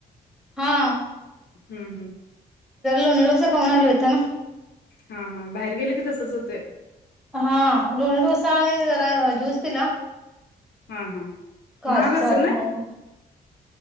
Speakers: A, in the centre; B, on the left.
A: हा.
B: हम्म हम्म.
A: लोणी डोसा खाऊन आलो येताना.
B: हा हा बाहेर गेले की तसच होते.
A: हा लोणी डोसा आणि जरा ज्यूस पिला.
B: हा हा.
A: काजूचा
B: महाग असेल
A: हत
B: ना
A: मग.